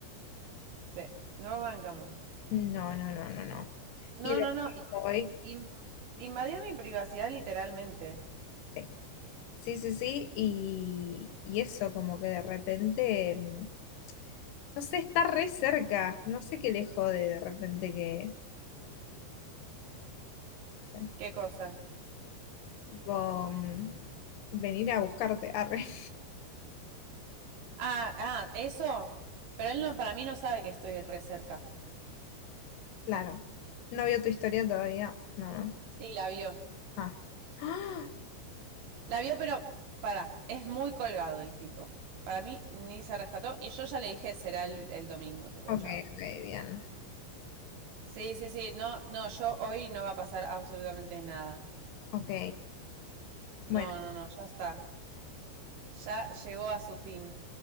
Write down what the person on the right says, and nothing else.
Sí, no lo bancamos.
No,
no, no.
in- in- invadió mi privacidad literalmente.
¿Qué cosa?
Ah, ah, eso. Pero él no, para mí no sabe que estoy re cerca.
Sí, la vio.
La vio, pero para, es muy colgado el tipo. Para mí ni se rescató. Y yo ya le dije, será el, el domingo, tipo,
chao.
Sí, sí, sí. No, no, yo hoy no va a pasar absolutamente nada.
No,
no, no, ya está. Ya llegó a su fin.